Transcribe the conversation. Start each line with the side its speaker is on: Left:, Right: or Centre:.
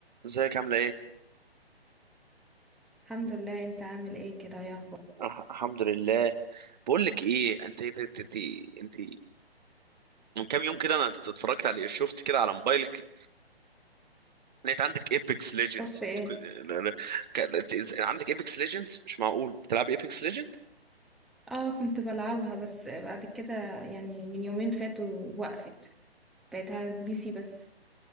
Right: ازيك عامله ايه
Centre: الحمد لله انت عامل ايه كده يا اخبار
Right: أه الحمد لله بقول لك ايه انت ايه، انت انت انت من كام يوم كده انا اتفرجت على شفت كده على موبايلك لقيت عندك ايبكس ليجندز
Centre: شفت ايه
Right: انت كو- لا- لا، ك... انت إز- عندك ايبكس ليجندز مش معقول بتلعب ايبكس ليجند
Centre: اه كنت بلعبها بس بعد كده يعني من يومين فاتوا وقفت بقيت على البي سي بس